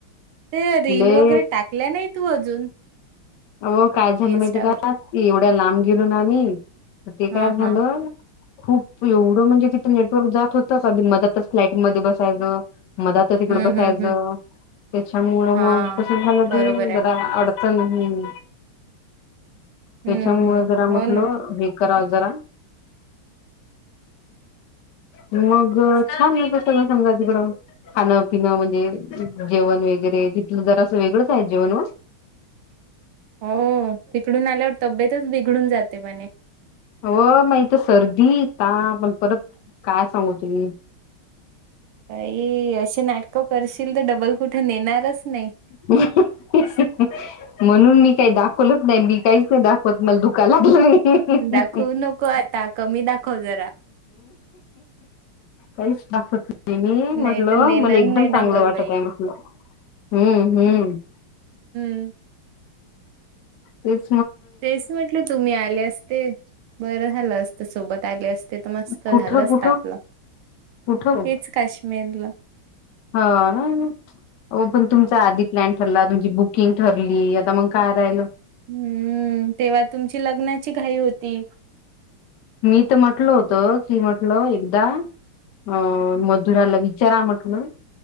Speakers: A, on the right; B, on the left.
A: ते रील
B: लय
A: वगैरे टाकल्या नाही तू अजून.
B: अ हो काय झालं
A: इन्स्टावर
B: माहिती का एवढ्या लांब गेलो ना आम्ही तर ते काय
A: हा
B: झाल?
A: हा
B: खूप एवढं म्हणजे तिथं नेटवर्क जात होतं का कधी मध्येच फ्लॅटमध्ये बसायचं-. मला तर तिकड
A: हम्म
B: बसायचं
A: हम्म हम्म
B: त्याच्यामुळ
A: हा
B: मग कस झालं
A: बरोबर
B: की
A: आहे
B: जरा अडचण <unintelligible>
A: हम्म
B: त्याच्यामुळ
A: हम्म
B: जरा
A: हो
B: म्हटल..
A: ना
B: कराव जरा मग छान मिळत सगळ समजा तिकडं. खाणं पिणं म्हणजे जेवण वगैरे तिथलं जरा अस वेगळंच आहे जेवण ओ.
A: हो तिकडून आल्यावर तब्येतच बिघडून जाते म्हणे.
B: हो म इथ सर्दी ताप अन् परत काय सांगू तुले.
A: काई असे नाटकं करशील तर डबल कुठे नेणारच नाही.
B: रिकामा ऑडिओ म्हणून मी काही दाखवलच नाही मी काहीच नाही दाखवत मग दुखाया लागलं रिकामा
A: दाखवू नको आता कमी दाखव जरा
B: ऑडिओ नाही मी
A: नाही
B: म्हटलं
A: तर नेणार
B: मला एकदम
A: नाही डबल
B: चांगलं वाटत
A: बाई
B: आहे म्हटलं हम्म हम्म.
A: हम्म.
B: रिकामा ऑडिओ
A: तेच म्हटलं तुम्ही आले असते बरं झालं असत सोबत. आले असते तर मस्त
B: कुठं
A: झालं असत
B: कुठं
A: आपलं
B: कुठं
A: हेच काश्मीरला.
B: हा ना. हो पण तुमचा आधी प्लॅन ठरला तुमची बुकिंग ठरली आता मग काय राहिलं?
A: हम्म तेव्हा तुमची लग्नाची घाई होती.
B: मी तर म्हटल होत कि म्हटल एकदा अ मधुराला विचारा म्हटलं.